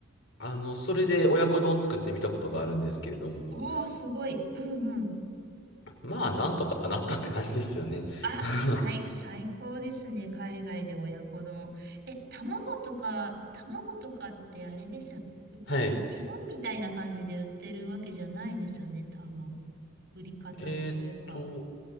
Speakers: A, on the left; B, on the right.
A: あの、それで親子丼を作ってみたことがあるんですけれども、
B: おー、すごい。うんうん。
A: まあ、なんとかなったって感じですよね。
B: あ、
A: <laughs>
B: 最、最高ですね。海外で親子丼。え、卵とか、卵とかってあれですよね。
A: はい。
B: 日本みたいな感じで売ってるわけじゃないんですよね、多分。売り方っていうか。
A: えーっと、